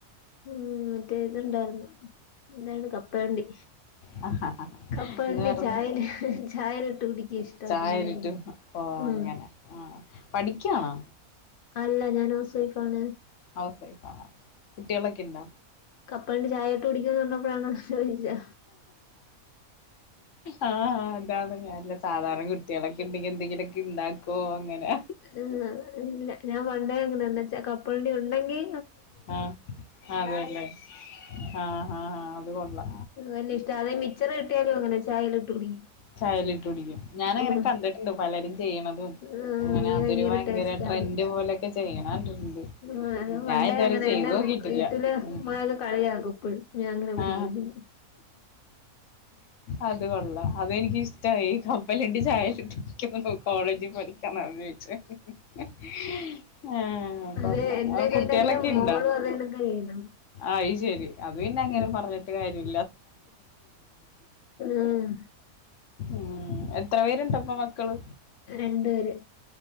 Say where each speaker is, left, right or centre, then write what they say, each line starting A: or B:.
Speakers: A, on the left; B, on the left.
A: ഉം മറ്റേ ഇതുണ്ടാരുന്നു എന്താണ് കപ്പലണ്ടി
B: ന്നെ
A: കപ്പലണ്ടി
B: വേറെന്താ
A: ചായൽ ചായലിട്ട് കുടിക്കാ ഇഷ്ടം
B: ചായെലിട്ടു
A: അങ്ങനെ കുടി
B: ഓ
A: ഉം
B: അങ്ങനെ ആ പഠിക്കാണോ
A: അല്ല ഞാൻ ഹൗസ് വൈഫാണ്
B: ഹൗസ് വൈഫ് ആ കുട്ടികളൊക്കെണ്ടോ
A: കപ്പലണ്ടി ചായെയിട്ട് കുടിക്കന്ന് പറഞ്ഞപ്പോഴാണോ ചോദിച്ചേ
B: ആ ആ ഇതാണ് ഞാനല്ല സാധാരണ കുട്ടികളൊക്കെ ഇണ്ടെങ്കിൽ എന്തെങ്കിലുക്കെ ഇണ്ടാക്കോ ങ്ങനെ
A: ആ ഇല്ല ഞാൻ വണ്ടേ അങ്ങനനെച്ചക കപ്പലണ്ടി ഒണ്ടെങ്കി
B: ആ അതെല്ലേ ആ ആ അത്കൊള്ളാം
A: ത് വലിയ ഇഷ്ട്ടാണ് മിച്ചറ് ഒക്കെയായാലും അങ്ങനനെ ചായെലിട്ടു കുടിക്കും
B: ചായെലിട്ട് കുടിക്കും ഞാനങ്ങനെ
A: ആഹ്
B: കണ്ടിട്ടുണ്ട് പലരും ചെയ്യണതും
A: ആഹ്
B: അങ്ങനെ
A: നീ
B: അതൊരു ഭയങ്കര
A: ടേസ്റ്റാന്ന്
B: ട്രെൻഡ് പോലെയൊക്കെ ചെയ്യണകണ്ടിട്ടുണ്ട്
A: ആഹ് ഞാൻ
B: ഞാ
A: പണ്ടേ
B: ഇതുവരെ
A: അങ്ങനെ
B: ചെയ്ത്
A: എന്നെ
B: നോക്കിട്ടില്ല
A: വീട്ടില്
B: മ്
A: ഉമ്മയൊക്കെ കളിയാക്കും ഇപ്പഴും ഞാൻ അങ്ങനെ കുടിക്കുന്നില്ല
B: ആ അത് കൊള്ളാം അതെനിക്കിഷ്ട്ടായി ക പ്പം കെട്ടിച്ചയച്ചിട്ട് <unintelligible> കോളേജിൽ പഠിക്കാനന്ന് <unintelligible> ആ
A: അതെ
B: കൊള്ളം
A: എന്റെ
B: കുട്ടികളൊക്കെ
A: കണ്ട എന്റെ മോളും
B: ഇണ്ടാ
A: അതണക്ക് ചെയ്യണം
B: അഹ് ശരി അത് പിന്നെ അങ്ങനെ
A: ഉം
B: പറഞ്ഞിട്ട് കാര്യമി
A: ഉം
B: ഉം എത്ര പേരുണ്ടപ്പൊ മക്കള്
A: രണ്ട് പേര്